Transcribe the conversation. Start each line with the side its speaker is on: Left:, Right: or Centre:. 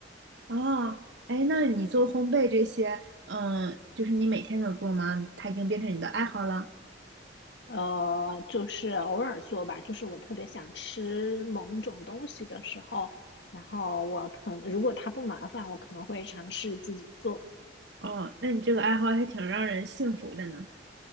Right: 哦，哎，那你做烘焙这些，嗯，就是你每天都做吗？它已经变成你的爱好了。
Left: 呃，就是偶尔做吧，就是我特别想吃某种东西的时候，然后我可能如果它不麻烦，我可能会尝试自己做。
Right: 哦，那你这个爱好还挺让人幸福的呢。